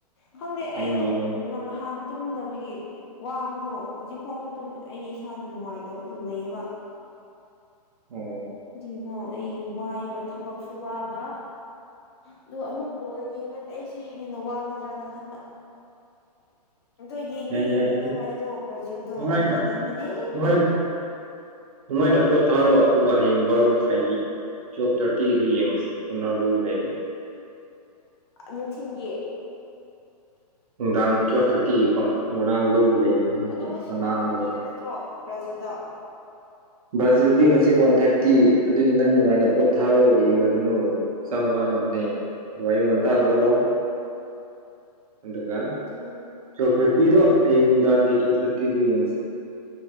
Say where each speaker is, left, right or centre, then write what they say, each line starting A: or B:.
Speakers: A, on the left (about 40°); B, on the right (about 55°).
A: ꯈꯪꯗꯦ
B: ꯅꯪ
A: ꯑꯩꯗꯣ
B: ꯌꯦꯡ
A: ꯅꯍꯥꯟ ꯇꯨꯝꯗꯕꯒꯤ ꯋꯥꯕꯗꯣ ꯍꯧꯖꯤꯛ ꯐꯥꯎꯁꯨ ꯑꯗꯨꯝ ꯑꯩ ꯏꯁꯥꯗ ꯅꯨꯡꯉꯥꯏꯇꯕꯗꯨꯣ ꯂꯩꯌꯦꯕ
B: ꯎꯝ
A: ꯗꯤꯒꯣ ꯑꯩ ꯋꯥꯏꯑꯕ ꯊꯕꯛꯁꯨ ꯋꯥꯕ ꯑꯗꯨ ꯑꯃꯨꯛ ꯕꯣꯜ ꯌꯦꯡꯉꯗꯤ ꯑꯩꯁꯦ ꯍꯦꯟꯅ ꯋꯥꯒꯗ꯭ꯔꯅ ꯈꯟꯕ ꯑꯗꯣ ꯌꯦꯡꯗꯤ
B: ꯌꯥꯏ
A: ꯌꯦꯡꯅꯤꯡꯉꯦꯕ
B: ꯌꯥꯏ
A: ꯑꯩꯗꯣ ꯕ꯭ꯔꯥꯖꯤꯜꯗꯣ
B: ꯅꯨꯡꯉꯥꯏꯅ
A: ꯌꯦꯡꯅꯤꯡꯕꯅꯦ
B: ꯅꯨꯡꯉꯥꯏꯅ ꯅꯨꯡꯉꯥꯏꯅ ꯄꯣꯠ ꯊꯥꯔꯣ ꯑꯗꯨꯒ ꯍꯌꯦꯡ ꯕꯥꯔꯣ ꯃꯈꯥꯏꯒꯤ ꯇꯨꯏꯐ ꯊꯥꯔꯇꯤꯗꯨ ꯌꯦꯡꯉꯁꯦ ꯔꯣꯅꯥꯜꯗꯣꯒꯤ ꯂꯩꯕꯅꯦ
A: ꯅꯨꯡꯊꯤꯟꯒꯤ
B: ꯅꯨꯡꯗꯥꯡ ꯇꯨꯋꯦꯜꯐ ꯊꯥꯔꯇꯤꯒꯤꯀꯣ ꯔꯣꯂꯥꯜꯗꯣꯒꯤ ꯂꯩꯌꯦꯕ ꯍꯌꯦꯡꯗꯤ
A: ꯑꯗꯣ ꯉꯁꯤ
B: ꯔꯣꯅꯥꯜꯗꯣ
A: ꯋꯥꯟ ꯊꯥꯔꯇꯤꯗ ꯅꯠꯇ꯭ꯔꯣ ꯕ꯭ꯔꯥꯖꯤꯜꯗ
B: ꯕ꯭ꯔꯥꯖꯤꯜꯗꯤ ꯉꯁꯤ ꯋꯥꯟ ꯊꯥꯔꯇꯤ ꯑꯗꯨꯒꯤ ꯅꯪ ꯅꯨꯡꯉꯥꯏꯅ ꯄꯣꯠ ꯊꯥꯔꯛ ꯌꯦꯡꯅꯒꯅꯨ ꯍꯛꯆꯥꯡ ꯋꯥꯅꯕꯅꯦ ꯋꯥꯌꯨ ꯉ <unintelligible>
A: ꯎꯝ
B: ꯑꯗꯨꯒ
A: ꯑꯗꯨ
B: ꯆꯣꯞ ꯁꯔꯇꯤꯗꯣ ꯑꯩ ꯅꯨꯡꯗꯥꯡꯒꯤ ꯆꯣꯞ ꯁꯇꯤꯗꯨ ꯌꯦꯡꯉꯁꯦ